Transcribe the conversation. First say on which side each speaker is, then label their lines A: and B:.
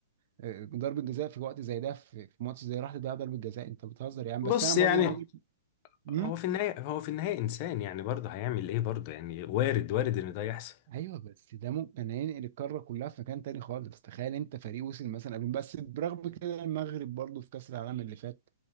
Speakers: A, on the right (about 50°); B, on the left (about 40°).
A: آه، ضربة جزاء في وقت زي ده في في ماتش زي راح تضيع ضربة جزاء انت بتهزر يعني
B: بص
A: بس انا برضو
B: يعني
A: من وجهة امم
B: هو في النهاية هو في النهاية إنسان يعني برضه هيعمل إيه برضه يعني وارد وارد إن ده يحصل
A: ايوه بس ده ممكن ينقل القارة كلها في مكان تاني خالص تخيل انت فريق وصل مثلا قبل بس برغم كده المغرب برضو في كأس العالم اللي فات